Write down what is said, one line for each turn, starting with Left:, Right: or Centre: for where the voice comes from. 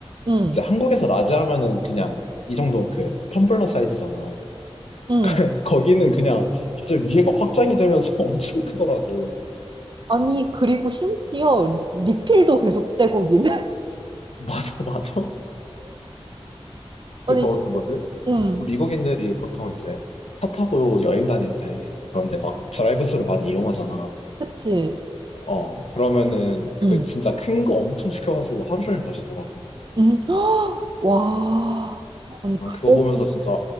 Right: 응,
Left: 이제 한국에서 라지 하면은 그냥 이 정도 그 텀블러 사이즈잖아.
Right: 응.
Left: <laughs> 거기는 그냥 갑자기 위에가 확장이 되면서 <laughs> 엄청 크더라고.
Right: 아니, 그리고 심지어 리- 리필도 계속돼, 거기는. <laughs>
Left: 맞아, 맞아.
Right: 아니,
Left: 그래서 그 뭐지?
Right: 응,
Left: 미국인들이 보통 이제 차 타고 여행 다닐 때 그런데 막 드라이브스루 많이 이용하잖아.
Right: 그치.
Left: 어, 그러면은 그
Right: 응,
Left: 진짜 큰 거 엄청 시켜가지고 하루 종일 마시더라고.
Right: 응. <gasps> 와, 아니,
Left: 난
Right: 그래서,
Left: 그거 보면서 진짜